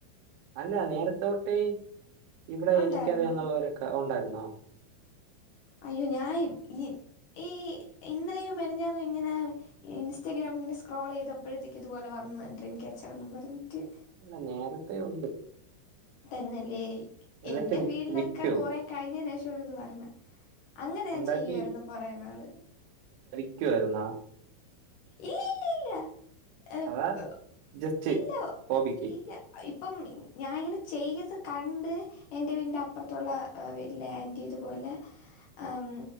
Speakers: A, on the right; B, on the left.
A: അല്ല നേരത്തോട്ടേ ഇവിടെ
B: ഉണ്ടായിരുന്നു
A: എനിക്കറിയാന്നുള്ള ഒരു ഉണ്ടായിരുന്നോ?
B: അയ്യോ ഞൻ ഇ ഈ ഇന്നലെയും മെനഞ്ഞാന്നും ഇങ്ങനെ ഇൻസ്റ്റാഗ്രാം ഇങ്ങനെ സ്ക്രോൾ ചെയ്തയ പ്പോഴത്തേക്ക് ഇതുപലെ വന്ന് ഡ്രീംക്യാച്ചറെന്നും പറഞ്ഞിട്ട്
A: അല്ല നേരത്തെേ ഒണ്ട്
B: തെന്നെല്ലേ
A: എന്നിട്ട്
B: എന്റെ
A: വി-
B: ഫീൽഡിലൊക്കെ
A: വിക്കോ
B: കൊറെ കഴിഞ്ഞേന് ശേഷമാണ് ഇത് പറഞ്ഞെ അങ്ങനെ ഞാൻ
A: ഉണ്ടാക്കി
B: ചെയ്യുവാരുന്നു കൊറേ നാള്
A: ക്കുവായിരുന്നോ?
B: ഇല്ലില്ലില്ല ഹെ
A: അതാ
B: പ്പൊ
A: ജസ്റ്റ്
B: ഇല്ല
A: ഹോബിക്ക്
B: ഇല്ല ഇപ്പം ഞാനിങ്ങനെ ചെയ്ത് കണ്ട് എന്റെ വീടിന്റെ അപ്പുറത്തുള്ള വീട്ടിലെ ആന്റി ഇതുപോലെ ആം